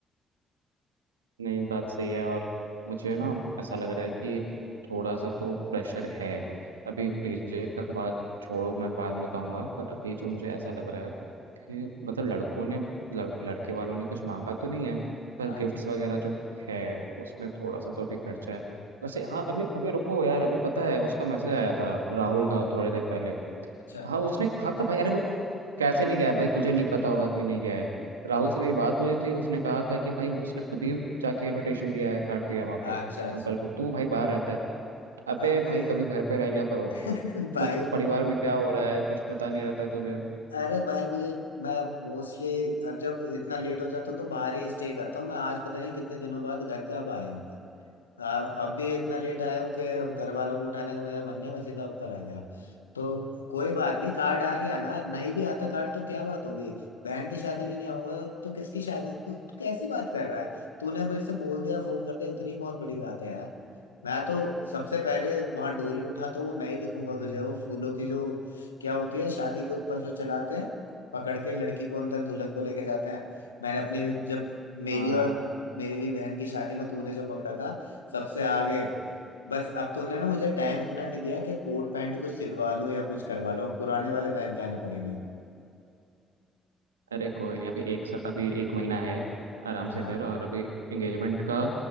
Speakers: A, on the right (about 85°); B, on the left (about 85°).
A: नहीं बात सही है और मुझे ना ऐसा लग रहा है कि थोड़ा सा तो प्रेशर है अभी डीजे का बात छोड़ो मैं बाद में बताऊंगा पर अभी जो मुझे ऐसा लग रहा है कि मतलब लड़कों ने लड़, लड़के वालों ने कुछ मांगा तो नहीं है पर
B: हाँ
A: गिफ्ट्स वगैरह जो है उसमें थोड़ा सा तो अभी खर्चा है वैसे हाँ अभी अभी रुको यार अभी पता है उसका मैसेज आया था राहुल का थोड़ी देर पहले
B: अच्छा
A: तो हाँ उसने कहा था भाई अरे वो कैसे नहीं गया है भाई तुझे नहीं पता होगा कि नहीं गया है राहुल से मेरी बात हुई थी उसने कहा था कि भाई उसने खुद ही जाके इनविटेशन दिया है काट दिया वहाँ
B: अच्छा
A: पे
B: अच्छा
A: अंकल को तू भाई बाहर रहता है अबे
B: अब
A: भाई
B: वही।
A: कभी घर पे रह लिया करो
B: <laughs> भाई
A: कुछ परिवार में क्या हो रहा है कुछ पता नहीं रहता है तुझे
B: अरे भाई मुझे मैं मोस्टली अब जब इतना लेट हो जाता हूँ तो बाहर ही स्टे करता हूँ मैं आज पता नहीं कितने दिनों बाद घर पे अब आया हूँ हाँ अब भी इतना लेट आया हूँ कि अब घर वालों को उठाने का मेरा मन नहीं मैं सीधा ऊपर आ गया तो कोई बात नहीं कार्ड आ गया ना नहीं भी आता कार्ड तो क्या बात होगी बहन की शादी में नहीं आऊंगा तो किसकी शादी तू तू कैसी बात कर रहा है तूने मेरे से बोल दिया फोन कर दिया उतनी बहुत बड़ी बात है यार मैं तो सबसे पहले वहां डोली उठा तो वो मैं ही दिखूंगा तुझे वो फूलों की जो क्या होती है शादी के ऊपर जो चलाते हैं पकड़ के लड़की को अंदर दुल्हन को लेके जाते हैं मैंने अपनी जब मेरी
A: हाँ हाँ
B: और मेरी बहन की शादी में तूने जो पकड़ा था सबसे आगे बस अब तूने ना मुझे टाइम इतना नहीं दिया कि कोट पैंट कुछ सिलवा लो या कुछ करवा लो पुराने वाले पहन के आने पड़ेंगे
A: अरे कोई नहीं अभी एक सा, अभी एक महीना है आराम
B: हाँ
A: से कर और अभी एंगेजमेंट का